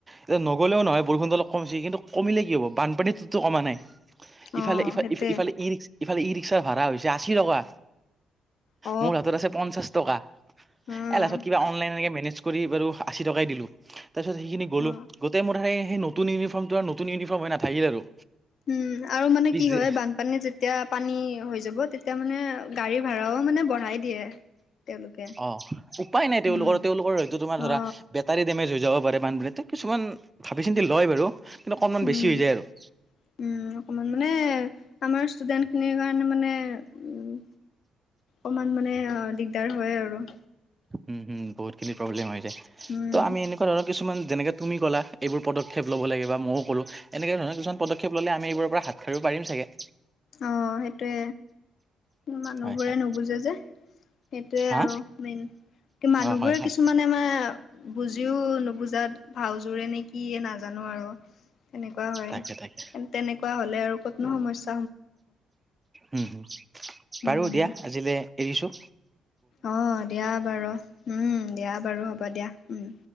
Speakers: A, on the right; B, on the left.
A: এতিয়া নগ'লেও নহয় বৰষুণটো অলপ কমিছে কিন্তু কমিলে কি হ'ব বানপানীটোতো কমা নাই। ইফালে
B: অ
A: ইফা
B: সেইটোৱে
A: ইফ্ ইফালে ই ৰিক্স ইফালে ই ৰিক্সাৰ ভাড়া হৈছে আশী টকা।
B: অ
A: মোৰ হাতত আছে পঞ্চাশ টকা।
B: উম
A: এ লাষ্টত কিবা অনলাইনকে মেনেজ কৰি বাৰু আশী টকাই দিলোঁ। তাৰপিছত সেইখিনি গলোঁ।
B: অ
A: গোটেই মোৰ হে সেই নতুন ইউনিফৰ্মটো আৰু নতুন ইউনিফৰ্ম হৈ নাথাকিলে আৰু।
B: উম আৰু মানে
A: পিছে
B: কি হয়? বান পানী যেতিয়া পানী হৈ যাব তেতিয়া মানে গাড়ী ভড়াও মানে বঢ়াই দিয়ে তেওঁলোকে
A: অঁ, উপায় নাই তেওঁলোকৰ,
B: উম
A: তেওঁলোকৰ এইটো তোমাৰ ধৰা
B: অ
A: পেট টাৰী ডেমেজ হৈ যাব পাৰে বানপীতে। কিছুমান ভাৱি চিন্তি লয় বাৰু কিন্তু অকণমান
B: উম
A: বেছি হৈ যায় আৰু।
B: উম, অকমান মানে আমাৰ ষ্টুডেণ্টখিনিৰ কাৰণে মানে উম অকমান মানে আ দিগদাৰ হয় আৰু।
A: উম, উম বহুত খিনি প্ৰব্লেম হৈ যায়। ত'
B: উম।
A: আমি এনেকুৱা ধৰণৰ কিছুমান যেনেকে তুমি ক'লা এইবোৰ পদক্ষেপ ল'ব লাগে বা মও ক'লোঁ। এনেকে ধৰণৰ কিছুমান পদক্ষেপ ল'লে আমি এইবোৰৰ পৰা হাত-হাৰিব পাৰিম চাগে।
B: অঁ সেইটোৱে। মানুহবোৰে
A: হয় হয়
B: নুবুজে যে সেইটোৱে
A: হা
B: আৰু মেইন। কি মানুহবোৰে
A: অ হয় হয়
B: কিছুমান নে মানে বুজিও নুবুজাত ভাওজোৰে নে কিয়ে নাজানোঁ আৰু। তেনেকুৱা হয়।
A: তাকে তাকে
B: তেনেকুৱা হ'লে আৰু ক'তনো সমস্
A: উম, উম
B: উম,
A: বাৰু দিয়া আজিলে এৰিছোঁ।
B: অঁ, দিয়া বাৰু। উম, দিয়া বাৰু হ'ব দিয়া, উম।